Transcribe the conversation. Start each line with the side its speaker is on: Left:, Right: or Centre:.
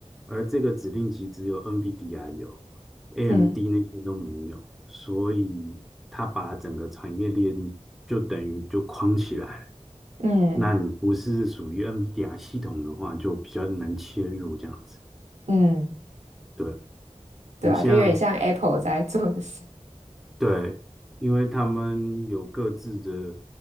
Centre: 而这个指令集只有 NVIDIA 有，AMD
Right: 嗯
Centre: 那些都没有，所以它把整个产业链就等于就框起来了。
Right: 嗯
Centre: 那你不是属于 NVIDIA 系统的话，就比较难切入这样子。
Right: 嗯，
Centre: 对，
Right: 对啊，
Centre: 你像
Right: 就有点像 Apple 在做的事，
Centre: 对，因为他们有各自的